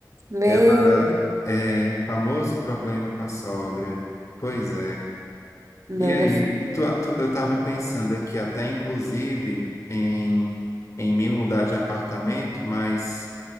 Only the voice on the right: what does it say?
Meu,
não
é. fo-